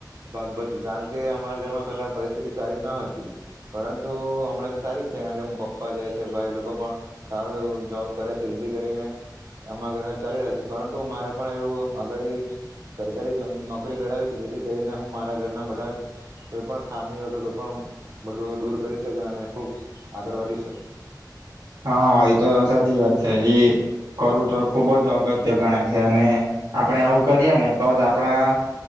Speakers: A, on the right; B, on the right.
A: ભાગ ભજવુ કાણ કે, અમારા ઘરમાં પેલા પરિસ્થિતિ સારી ન હતી પરંતુ, અમણે તો સારી છે, કાણ કે પપ્પા જાય છે, ભાઈ એ લોકો પણ સારું એવું જોબ કરે છે, જેથી કરીને અમાર ઘરે ચાલી રહે છે, પરંતુ મારે પણ એવું આગાળી સરકારી જો મ નોકરી મેળવવી છે. જેથી કરીને હું મારા ઘરના બધા જ કોઈ પણ ખામી હોય કે કોઈ પણ બઢુ દૂર કરી શકે અને ખુબ આગળ વઢી શક
B: હા એ તો સાચી વાત છે એ કરવું તો ખુબ જ અગત્ય ગણાય છે અને આપણેે આવું કરીએ ને તો જ આપણા